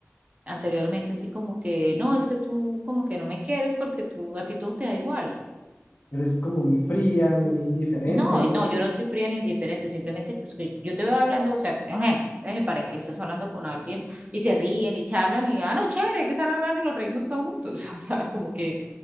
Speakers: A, on the right; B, on the left.
A: anteriormente, así como que no, es que tú como que no me quieres porque tú, a ti todo te da igual.
B: eres como muy fría, muy indiferente,
A: No, no, yo no soy fría ni indiferente, simplemente pues, que yo te veo hablando, o sea, un ejemplo, eres de pareja y estás hablando con alguien y se ríen y charlan y, ah, no, chévere, que están hablando y nos reímos todos juntos, <laughs> o sea, como que